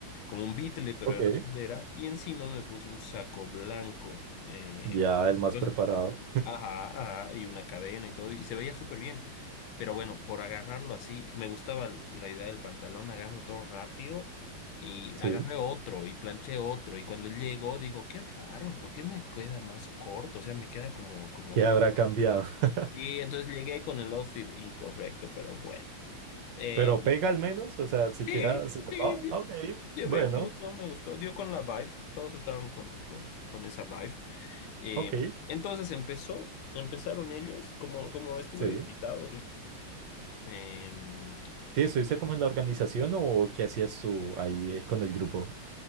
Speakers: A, on the left; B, on the right.
A: como un bitle, pero
B: ok.
A: era solera, y encima me puse un saco blanco. eh,
B: Ya el más
A: entonces,
B: preparado.
A: ajá, ajá, y una cadena y todo, y se veía súper bien. Pero bueno, por agarrarlo así, me gustaba l- la idea del pantalón, agarro todo rápido y
B: Sí.
A: agarré otro y planché otro. Y cuando llegó, digo, qué raro, ¿por qué me queda más corto? O sea, me queda como, como
B: ¿Qué
A: de
B: habrá cambiado? <laughs>
A: y entonces llegué con el outfit incorrecto, pero bueno. Eh,
B: Pero pega al menos, o sea, siquiera
A: sí,
B: se salvaba.
A: sí, dio,
B: Ah, Ok,
A: dio
B: bueno,
A: bien, me gustó, me gustó. Dio con la vibe, todos estaban con, con, con esa vibe. Eh,
B: ok.
A: entonces empezó, empezaron ellos, como, como estuve
B: Sí.
A: de invitado, sí. Eh,
B: Sí,
A: eh,
B: ¿estuviste como en la organización o qué hacías tú ahí eh, con el grupo?